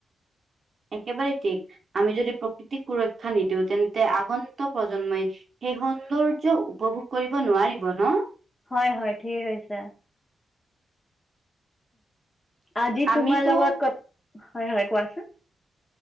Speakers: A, on the right (about 40°); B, on the left (about 15°).
A: একেবাৰে ঠিক আমি যদি প্ৰকৃতিক সুৰক্ষা নিদিওঁ তেন্তে আগন্ত প্ৰজন্মই সেই সৌন্দৰ্য উপভোগ কৰিব নোৱাৰিব ন
B: হয় হয় ঠিকে কৈছে। আজি
A: আমিতো
B: তোমাৰ লগত ক'ত হয় হয় কোৱাচোন